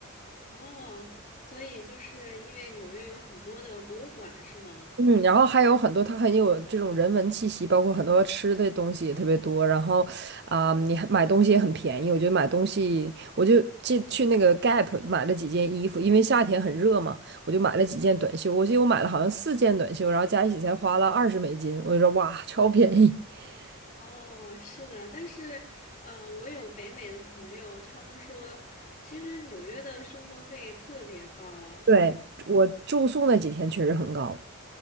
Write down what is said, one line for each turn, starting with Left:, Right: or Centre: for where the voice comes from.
Left: 哦，所以就是因为纽约有很多的博物馆，是吗？
Right: 嗯，然后还有很多，它很有这种人文气息，包括很多吃的东西也特别多。然后，啊、你还买东西也很便宜。我觉得买东西，我就去去那个 Gap 买了几件衣服，因为夏天很热嘛，我就买了几件短袖。我记得我买了好像四件短袖，然后加一起才花了二十美金。我就说哇，超便宜。<laughs>
Left: 哦，是的，但是，呃，我有北美的朋友，他们说，其实纽约的生活费特别高。
Right: 对，我住宿那几天确实很高。